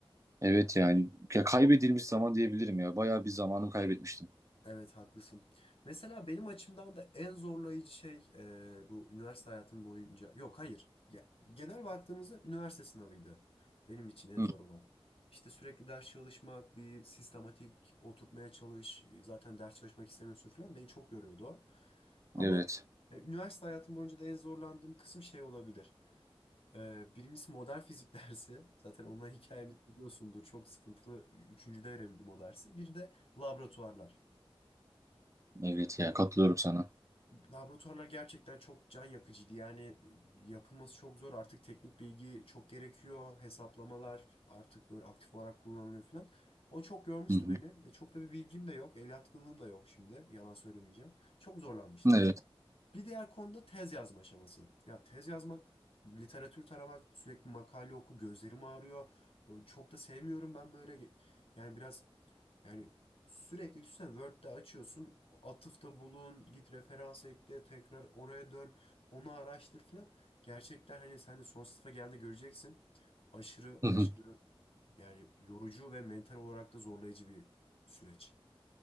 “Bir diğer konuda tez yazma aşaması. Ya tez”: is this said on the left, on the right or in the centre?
Left